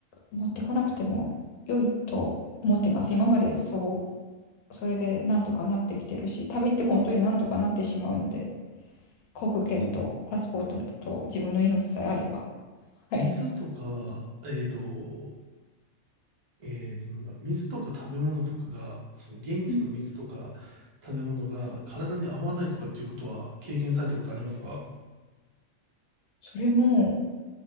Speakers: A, on the left (about 80°); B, on the right (about 35°).
A: 持ってこなくても良いと思ってます。今までそうそれでなんとかなってきてるし、旅って本当になんとかなってしまうので。航空券とパスポートと自分の命さえあれば。
B: その、
A: はい。
B: 水とか、えっと、えっと、なんだ、水とか食べ物とかが、その現地の水とか
A: うん
B: 食べ物が体に合わないとかっていうことは経験されたことありますか
A: それも